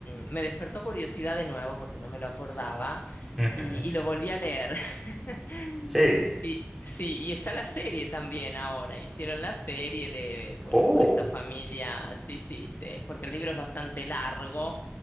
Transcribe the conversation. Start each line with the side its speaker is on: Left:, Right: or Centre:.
Left: mm, me despertó curiosidad de nuevo porque no me lo acordaba
Centre: Ujú.
Left: y, y lo volví a leer. <laughs>
Centre: Sí.
Left: Y sí, sí, y está la serie también ahora. Hicieron la serie de, bueno,
Centre: Oh.
Left: toda esta familia, sí, sí, sí, porque el libro es bastante largo.